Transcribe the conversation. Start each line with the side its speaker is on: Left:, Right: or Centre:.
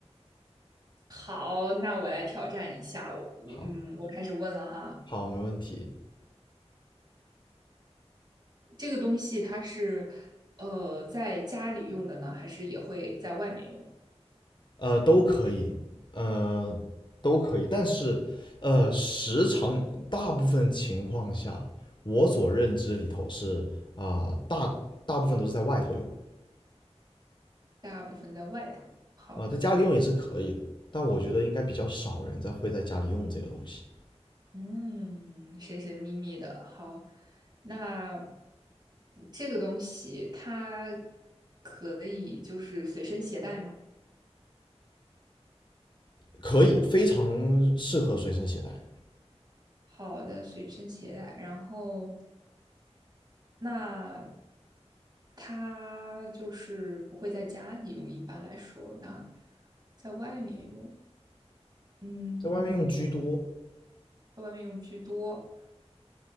Right: 好，那我来挑战一下。我，我嗯，
Left: 好，
Right: 我开始问了哈。
Left: 好，没问题。
Right: 这个东西它是呃在家里用的呢，还是也会在外面用？
Left: 呃，都可以，呃，都可以，但是，呃，时常大部分情况下，我所认知里头是啊、大大部分都是在外头用
Right: 大部分在外头。好的，
Left: 啊、在家里用也是可以的，但我觉得应该比较少人在会在家里用这个东西，
Right: 嗯，神神秘秘的。好，那这个东西它可以就是随身携带吗？
Left: 可以，非常适合随身携带，
Right: 好的，随身携带。然后那它就是不会在家里用，一般来说，那在外面用，嗯，
Left: 在外面用居多，
Right: 在外面用居多，